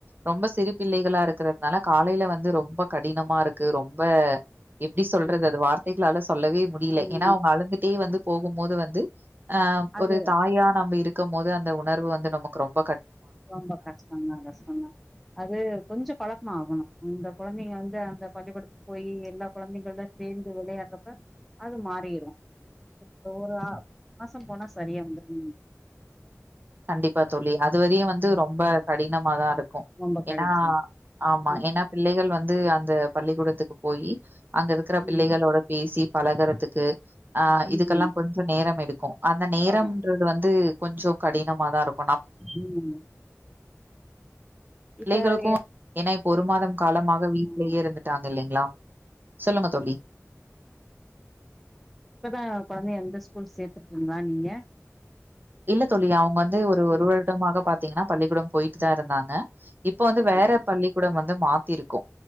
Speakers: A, on the right (about 40°); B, in the centre.
A: ரொம்ப சிறு பிள்ளைகளா இருக்குற துனால காலேல வந்து ரொம்ப கடினமா இருக்கு ரொம்ப எப்டி சொல்றது
B: ம்
A: அது வார்த்தைகளால சொல்லவே முடியல.
B: ம்
A: ஏன்னா அவுங்க அழுந்துட்டே வந்து போகும்போது வந்து ஆ
B: அது
A: ஒரு தாயா நம்ப இருக் கும் போது அந்த உணர்வு வந்து நமக்கு ரொம்
B: ரொம்ப கஷ்டந்தா கஷ்டந்தா அது கொஞ்சோ பழக்கமா ஆகணு இந்த கொழந்தை இங்க வந்து அந்த பள்ளிக்கூடத்துக்கு போயி எல்லா கொழந்தைங்களோட சேந்து வெளயாடுறப்ப அது மாறிரு இப்ப ஒரு ஆறு மாசோ போனா சரியா வந்துருங்க
A: கண்டிப்பா தோழி அதுவரயு வந்து ரொம்ப கடினமாதா இருக்கு கு
B: ரொம்ப கடினந்தா
A: ஏன்னா ஆமா
B: ம்
A: ஏன்னா பிள்ளைகள் வந்து அந்த பள்ளிகூடத்துக்கு போயி அங்க இருக்கற பிள்ளைகளோட
B: ம்
A: பேசி பழகறதுக்கு ஆ
B: ம்
A: இதுக்கெல்லா கொஞ்சோ நேரம் எடுக்கு அந்த நேரம்ன்றது
B: வரே
A: வந்து கொஞ்சோ கடினமாதா இருக்
B: ம்
A: பிள்ளைகளுக்கு
B: இப்ப எ
A: ஏனா இப்ப ஒரு மாதம் காலமாக வீட்லயே
B: ம்
A: இருந்துட்டாங்க இல்லைங்ளா சொல்லுங்க தோழி
B: இப்ப தா கொழந்தைய வந்த ஸ்கூல் சேத்துருக்கீங்ளா நீங்க
A: இல்ல தோழிஅவுங்க வந்து ஒரு ஒரு
B: ம்
A: வருடமாக பாத்தீங்கன்னா பள்ளிக்கூடம் போயிட்டு தாருந்தாங்க இப்ப வந்து
B: அப்படியா
A: வேற பள்ளிக்கூடம் வந்து மாத்திருக்கோ